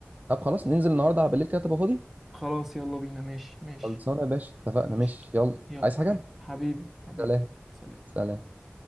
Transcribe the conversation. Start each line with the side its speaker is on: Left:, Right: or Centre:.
Right: طب خلاص ننزل النهارده على بالليل كده تبقى فاضي
Centre: خلاص يلا بينا ماشي ماشي
Right: خلصانه يا باشا اتفقنا
Centre: ماشي
Right: ماشي يلا
Centre: يلا
Right: عايز حاجه
Centre: حبيبي حبيبي
Right: سلام
Centre: سلام
Right: سلام